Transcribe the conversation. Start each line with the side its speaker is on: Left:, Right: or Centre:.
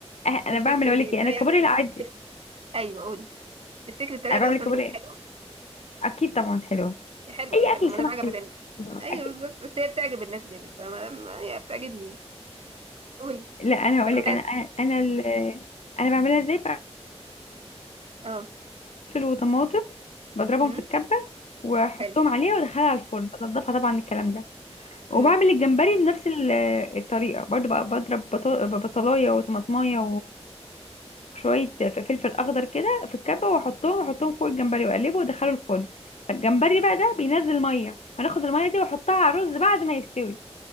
Left: أه، انا
Right: تفتكر
Left: بعمل
Right: ان
Left: اقول لك
Right: الطريقة
Left: ايه انا كابوريا
Right: دي
Left: العادي
Right: تف... ايوه قولي تفتكر الطريقة
Left: انا
Right: دي
Left: بعمل
Right: اصلا
Left: كابوريا
Right: تبقى حلوة
Left: اكيد طبعا حلوه
Right: يا حلوة
Left: اي
Right: يا حلوة
Left: اكل
Right: ما
Left: سمك
Right: دام عجبت
Left: حلو
Right: الناس ايوه
Left: اكيد
Right: بالظبط بس هي بتعجب الناس جامد فما ما- هي بتعجبني يعني. قولي
Left: لا انا هقول
Right: تعملها
Left: لك انا
Right: ازاي
Left: انا انا ال- انا بعملها ازاي بقفل
Right: اه
Left: وطماطم بضربهم
Right: امم
Left: في الكبه واحطهم
Right: حلو
Left: عليها وادخلها على الفرن بنضفها طبعا الكلام ده
Right: امم
Left: وبعمل الجمبري بنفس ال- الطريقه برضو بقى بضرب بطا- بصلايه وطماطمايه وشويه فلفل اخضر كده في الكبه واحطهم واحطهم فوق الجمبري واقلبه وادخله الفرن فالجمبري بقى ده بينزل ميه هناخد الميه دي واحطها على الرز بعد ما يستوي